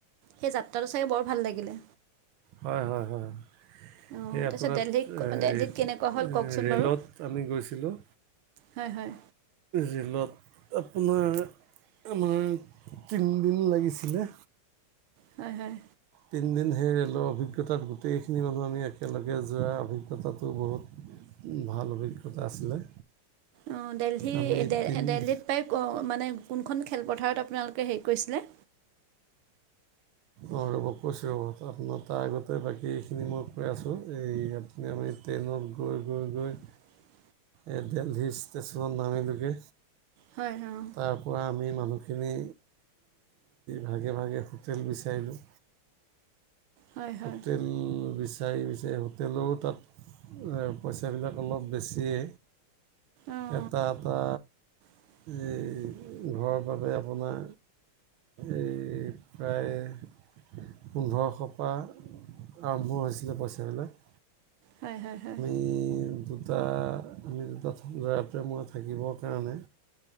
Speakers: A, on the right (about 85°); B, on the right (about 70°).
A: সেই যাত্ৰাটো চাগে বৰ ভাল লাগিলে।
B: হয় হয় হয় হয়
A: অঁ
B: সেই
A: তাৰপিছত
B: আপোনাত
A: দেলহিত
B: এ ৰেল
A: দেলহিত কেনেকুৱা হ'ল কওকচোন
B: ৰে'লত
A: বাৰু
B: আমি গৈছিলোঁ।
A: হয় হয়।
B: ৰেলত আপোনাৰ, আমাৰ তিনদিন লাগিছিলে।
A: হয় হয়।
B: তিনদিন সেই ৰেলৰ অভিজ্ঞতাত গোটেইখিনি মানুহ আমি একেলগে যোৱা অভিজ্ঞ সে তাটো বহুত ভাল অভিজ্ঞতা আছিলে।
A: অ দেলহি
B: আমি
A: দে
B: তিনি
A: দেলহিত- প্ৰায় মানে কোনখন খেলপথাৰত আপোনালোকে হেৰি কৰিছিলে?
B: অঁ ৰ'ব কৈছোঁ ৰ'ব, আপোনাৰ তাৰ আগতে বাকী এইখিনি মই কৈ আছোঁ এইয়াত আমি ট্ৰেনত গৈ -গৈ-গৈ
A: <inaudible>
B: এ দেলহি ষ্টেচনত নামিলোগে।
A: হয় হয়।
B: তাৰপৰা আমি মানুহখিনি ভাগে ভাগে হোটেল বিচাৰিলোঁ।
A: হয় হয়
B: হোটেল বিচাৰি বিচাৰি হোটেলো তাত, এ পইচাবিলাক অলপ বেছিয়ে
A: অঁ
B: এটা- এটা
A: <inaudible>
B: এই ঘৰৰ বাবে আপোনাৰ এ প্ৰায় পোন্ধৰশ পা আৰম্ভ হৈছিলে পইচাবিলাক।
A: হয়- হয় -হয়।
B: ই দুটা আমি দুটা <unintelligible> থাকিব কাৰণে।